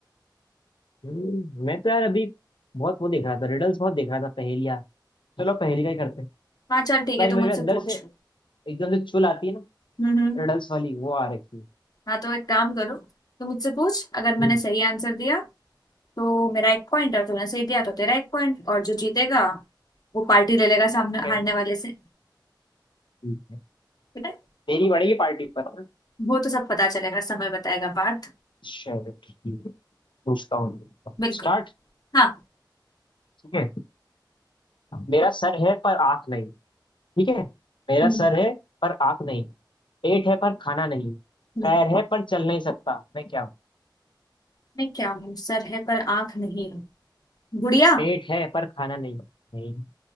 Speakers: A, on the left; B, on the left.
A: हम्म, मैं तो यार अभी बहुत वो देख रहा था रिडल्स बहुत देख रहा था पहेलियां चलो पहेली का ही करते हैं
B: हाँ चल
A: पता
B: ठीक है
A: नहीं
B: तो
A: मेरे
B: मुझसे
A: अंदर
B: पूछ
A: से एकदम से चुल आती है ना
B: हम्म हम्म
A: रिडल्स वाली वो आ रखी है
B: हाँ तो एक काम करो तो मुझसे पूछ अगर मैंने
A: हम्म,
B: सही आंसर दिया तो मेरा एक पॉइंट और तूने सही दिया तो तेरा एक पॉइंट और जो जीतेगा वो पार्टी ले लेगा सामने
A: ठीक
B: हारने वाले से
A: ठीक है
B: ठीक है
A: तेरी पड़ेगी पार्टी पर हाँ?
B: वो तो सब पता चलेगा समय बताएगा बात
A: चलो ठीक है पूछता हूँ
B: बिल्कुल
A: स्टार्ट
B: हाँ
A: ठीक है मेरा सर है पर आँख नहीं ठीक है मेरा
B: हम्म
A: सर है पर आँख नहीं पेट है पर खाना नहीं
B: हम्म
A: पैर है पर चल नहीं सकता मैं क्या हूँ
B: मैं क्या हूँ सर है पर आंख नहीं है गुड़िया
A: पेट है पर खाना नहीं नहीं